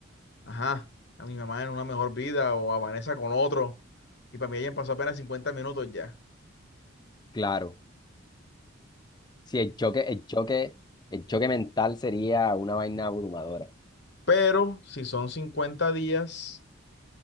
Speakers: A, on the left; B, on the left.
A: ajá, a mi mamá en una mejor vida o a Vanessa con otro. Y para mí hayan pasó apenas cincuenta minutos ya.
B: claro. Sí, el choque, el choque, el choque mental sería una vaina abrumadora.
A: Pero si son 50 días,